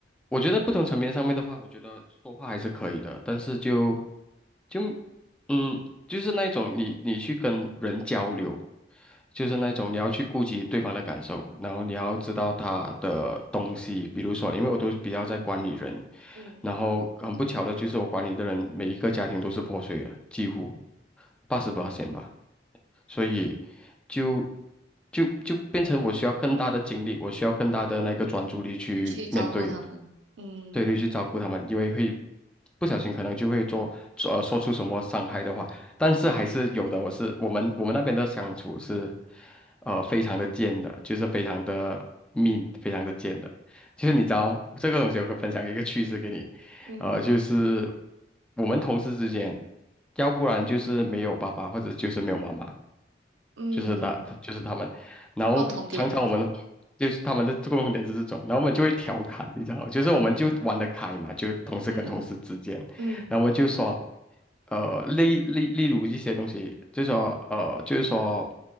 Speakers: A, in the centre; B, on the right.
A: 我觉得不同层面上面的话，我觉得说话还是可以的，但是就。就嗯，就是那种你你去跟人交流，就是那种你要去顾及对方的感受，然后你要知道他的东西，比如说，因为我都比较在管理人，
B: 嗯
A: 然后很不巧的就是我管理的人每一个家庭都是破碎的，几乎八十八线吧。所以就就就变成我需要更大的精力，我需要更大的那个专注力去面对，
B: 去照顾他们。嗯
A: 对，对，去照顾他们，因为会不小心可能就会做做呃说出什么伤害的话，但是还是有的。我是我们我们那边的相处是呃非常的贱的，就是非常的 mean，非常的贱的。就是你知道这个东西，我可以分享一个趣事给你。
B: 嗯
A: 呃，就是我们同事之间，要不然就是没有爸爸，或者就是没有妈妈，
B: 嗯嗯
A: 就是他，就是他们，然后常常我们就是他们的
B: 共同点
A: <laughs> 共点是这种，然后我们就会调侃，你知道吗，就是我们就玩得开嘛，就同事跟同事之间，
B: 嗯嗯
A: 然后我们就说，呃，例例例如一些东西，就说呃，就是说，